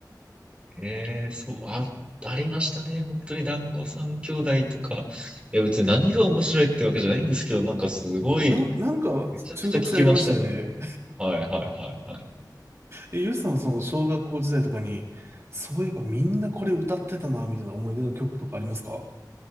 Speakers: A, on the right; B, on the right.
A: ええそう、あ、ありましたね。本当に団子三兄弟とか。いや、別に何が面白いってわけじゃないんですけど、なんかすごい、
B: なん、なんか中毒性ありましたよね。
A: めちゃくちゃ聞きましたね。はいはいはいはい。
B: え、ゆうさん、その小学校時代とかに、そういえばみんなこれ歌ってたな、みたいな思い出の曲とかありますか